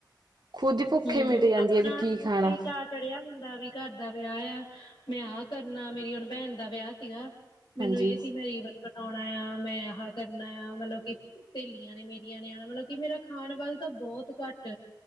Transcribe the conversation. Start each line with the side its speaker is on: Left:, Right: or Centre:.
Right: ਖੁਦ ਹੀ ਭੁੱਖੇ
Left: ਹੂੰ,
Right: ਮਿਟ ਜਾਂਦੀ
Left: ਆਪਣਾ
Right: ਹੈ ਵੀ ਕੀ
Left: ਉਤੇ
Right: ਖਾਣਾ
Left: ਈ ਚਾ ਚੜਿਆ ਹੁੰਦਾ ਵੀ ਘਰ ਦਾ ਵਿਆਹ ਆ। ਮੈਂ ਆਹ ਕਰਨਾ ਮੇਰੀ ਹੁਣ ਭੈਣ ਦਾ ਵਿਆਹ ਸੀਗਾ। ਮੈਨੂੰ
Right: ਹਾਂਜੀ
Left: ਏਹ ਸੀ ਮੈਂ ਰੀਵਨ ਕਟਾਣਾ ਆ ਮੈਂ ਅਹ ਕਰਨਾ ਆ ਮਤਲਬ ਕਿ ਸਹੇਲੀਆਂ ਨੇ ਮੇਰੀਆਂ ਨੇ ਆਣਾ ਮਤਲਬ ਕਿ ਮੇਰਾ ਖਾਣ ਵੱਲ ਤਾਂ ਬੋਤ ਘੱਟ